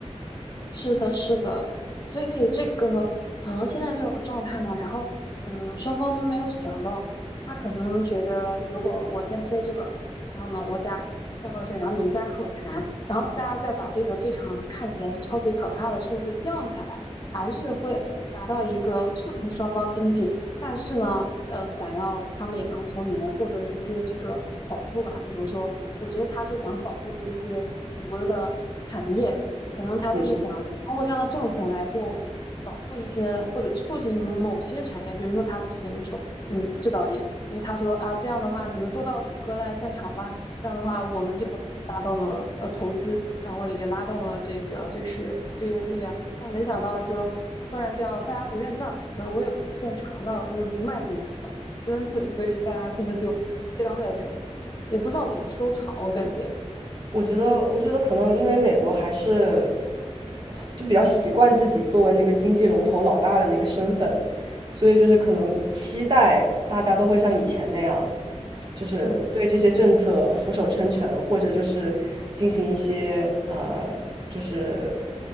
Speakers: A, on the left; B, on the right.
A: 是的，是的，所以这个可能现在这种状态呢，然后嗯，双方都没有想到，他可能觉得如果我先推这个，然后呢，我家再后税，然后你们再和我谈，然后大家再把这个非常看起来超级可怕的数字降下来，还是会达到一个促进双方经济，但是呢，呃，想要他们也能从里面获得一些这个好处吧，比如说，我觉得他是想保护一些本国的产业。可能他就是想通过这样的政策来给我保护一些或者促进某些产业，
B: 嗯。
A: 比如说他之前就说，嗯，制造业，因为他说啊，这样的话你们都到谷歌来建厂吧，这样的话我们就拉动了呃投资，然后也拉动了这个就是就业率啊，但没想到说突然这样大家不认账，然后我也不去建厂，那我不卖给你好了，嗯，<laughs> 所以大家现在就僵在这里了，也不知道怎么收场，我感觉，
B: 我觉得，我觉得可能因为美国还是很就比较习惯自己作为那个经济龙头老大的那个身份，所以就是可能期待大家都会像以前那样，就是对这些政策俯首称臣，
A: 嗯
B: 或者就是进行一些呃，就是